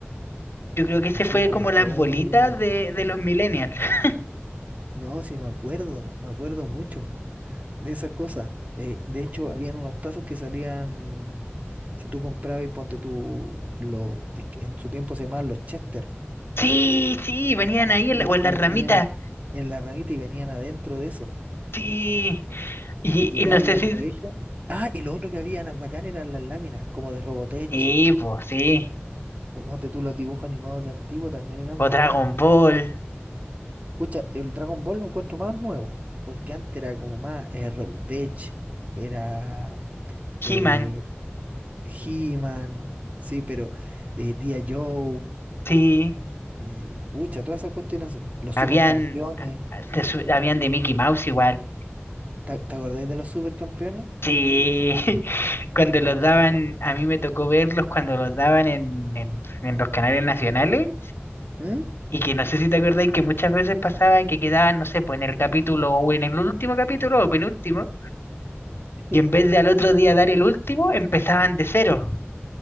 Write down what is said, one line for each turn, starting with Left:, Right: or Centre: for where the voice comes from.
Left: Yo creo que ese
Right: Sí,
Left: fue
Right: me
Left: como
Right: acuerdo.
Left: las bolitas de, de los millennials. <laughs>
Right: No, sí, me acuerdo. Me acuerdo mucho de esas cosas. Eh, de hecho, habían unos tazos que salían. Si tú comprabas y ponte tú, los, es que en su tiempo se llamaban los Chester
Left: Sí, sí, venían ahí en
Right: Y,
Left: la- o en
Right: y
Left: las ramitas.
Right: venían a- en la ramita y venían adentro de eso.
Left: Sí. Y,
Right: Y llegaba
Left: y no sé
Right: ahí al
Left: si...
Right: colegio. Ah, y lo otro que había na- bacán eran las láminas, como de Robotech.
Left: Sí, pues sí.
Right: do- Ponte tú los dibujos animados de antiguo también eran
Left: o
Right: bacanes.
Left: Dragon Ball,
Right: Pucha, el Dragon Ball lo encuentro más nuevo, porque antes era como más eh, Robotech, era
Left: He-Man,
Right: eh, He-Man, sí, pero eh, G.I. Joe,
Left: sí,
Right: eh, pucha, todas esas cuestiones así. Los
Left: habían
Right: supercampeones,
Left: de, su- habían de Mickey Mouse igual,
Right: ¿te, te acordáis de los supercampeones?
Left: sí, <laughs> cuando los
Right: Imagínate.
Left: daban, a mí me tocó verlos cuando los daban en, en, en los canales nacionales.
Right: ¿Mm?
Left: Y que no sé si te acordáis que muchas veces pasaba que quedaban, no sé, pues en el capítulo o en el último capítulo o penúltimo,
Right: <laughs>
Left: y en vez de al otro día dar el último, empezaban de cero.